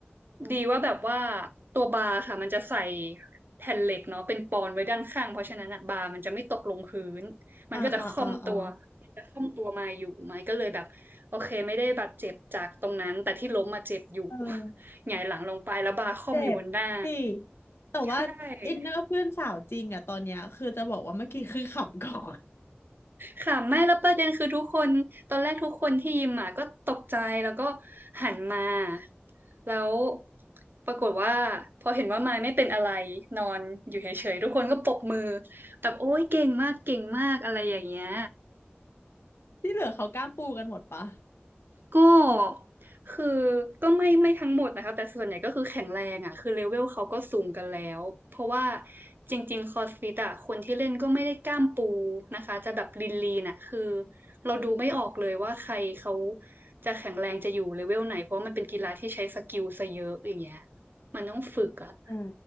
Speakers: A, on the right; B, on the left.
A: ดีว่าแบบว่าตัวบาร์ค่ะมันจะใส่แผ่นเหล็กเนาะเป็นปอนไว้ด้านข้างเพราะฉะนั้นอะบาร์มันจะไม่ตกลงพื้นมันก็จะค่อมตัวมันจะค่อมตัวมาอยู่ไม้ก็เลยแบบโอเคไม่ได้บาดเจ็บจากตรงนั้นแต่ที่ล้มมาเจ็บอยู่
B: อ่าอ่าอ่าอ่าเออ
A: <laughs> หงายหลังลงไปแล้วบาร์ค่อมอยู่บนหน้า
B: เจ็บสิแต่ว่าอินเนอร์เพื่อนสาวจริงอ่ะตอนเนี้ยคือจะบอกว่าเมื่อกี้คือขำก่อน
A: ใช่ ค่ะไม่แล้วประเด็นคือทุกคนตอนแรกทุกคนที่ยิมอ่ะก็ตกใจแล้วก็หันมาแล้วปรากฏว่าพอเห็นว่ามายไม่เป็นอะไรนอนอยู่เฉยๆทุกคนก็ปรบมือแบบโอ๊ยเก่งมากเก่งมากอะไรอย่างเงี้ย
B: <laughs> ที่เหลือเขากล้ามปูกันหมดปะ
A: ก็คือก็ไม่ไม่ทั้งหมดนะคะแต่ส่วนใหญ่ก็คือแข็งแรงอ่ะคือเลเวลเขาก็สูงกันแล้วเพราะว่าจริงๆคอสฟิตอ่ะคนที่เล่นก็ไม่ได้กล้ามปูนะคะจะแบบลีนลีน่ะคือเราดูไม่ออกเลยว่าใครเขาจะแข็งแรงจะอยู่เลเวลไหนเพราะว่ามันเป็นกีฬาที่ใช้สกิลซะเยอะอย่างเงี้ยมันต้องฝึกอ่ะ
B: อ่